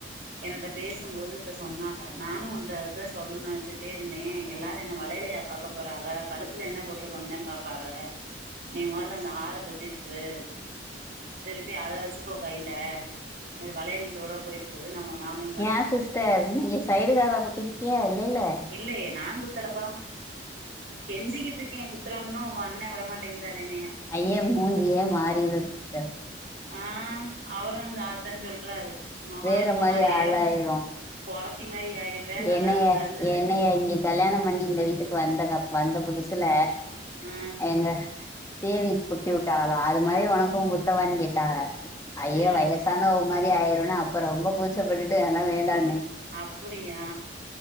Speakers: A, on the right; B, on the left.
A: என்னோட பேசும்போது இப்ப சொன்னாக நானு ஒன்ட்ட அதா சொல்லு நெனச்சிட்டே இருந்தே எல்லாரு என்னா வலையலையா பாக்க போறாக கழுத்துல என்ன போட்ருக்கோம்ன்னு தா பாப்பாக நீ முதல அந்த ஆரத்த திருப்பு திருப்பி அத வச் ச்சுக்கோ கைல அது வளையலோட போயிட்டு போது நம்ம நாம
B: ஏ சிஸ்டர் நீங்க சைடு காத குத்திருக்கிய இல்லல்ல
A: இல்லையே நா குத்தலப்பா கெஞ்சிக்கிட் இருக்கே குத்திரம்னோ உங்க அண்ண விட மாட்டேங்கிறாரு என்னைய
B: ஐயே மூஞ்சியே மாறிரு சிஸ்டர்
A: ஆ அவரு அந்த அதத்தா சொல்றாரு மொகோ
B: வேற
A: என்னமோ
B: மாரி
A: மாரிஆயிரு
B: ஆளாயிரும்.
A: கொறத்தி மாரி ஆய்ருவ நல்லாருக்காது
B: என்னைய என்னைய இங்க கல்யாணம் பண்ணி இந்த வீட்டுக்கு வந்த க வந்த புதுசுல
A: ஆ
B: அவ்ங்க தேவிக்கு குத்தி வுட்டாவலா அது மாரி ஒனக்கு குத்தவானு கேட்டாக ஐயோ
A: ம்
B: வயசா னவ மாரி ஆயிருனு அப்ப ரொம்ப கூச்சப்பட்டுட்டு எல்லா வேண்டானே
A: அப்படியா